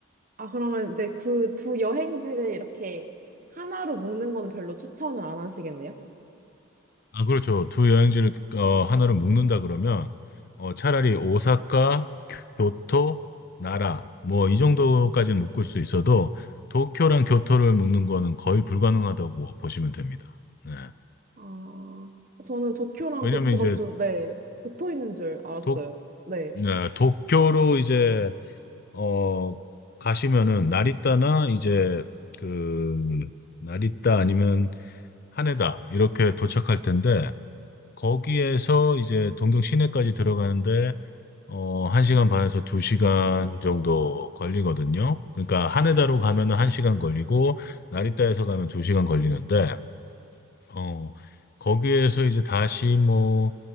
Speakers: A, on the right; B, on the left.
A: 아, 그러면 이제 그 두 여행지를 이렇게 하나로 묶는 거는 별로 추천을 안 하시겠네요?
B: 아, 그렇죠. 두 여행지를 어, 하나로 묶는다 그러면 어, 차라리 오사카, 교토, 나라 뭐 이 정도까지는 묶을 수 있어도 도쿄랑 교토를 묶는 거는 거의 불가능하다고 보시면 됩니다. 네.
A: 아, 저는 도쿄랑
B: 왜냐면
A: 교토가
B: 이제
A: 좀, 네, 붙어 있는 줄 알았어요.
B: 도,
A: 네.
B: 네, 도쿄로 이제 어, 가시면은 나리타나 이제 그 나리타 아니면 하네다 이렇게 도착할 텐데 거기에서 이제 동경 시내까지 들어가는데 어, 1시간 반에서 2시간 정도 걸리거든요. 그러니까 하네다로 가면은 1시간 걸리고 나리타에서 가면 2시간 걸리는데 어, 거기에서 이제 다시 뭐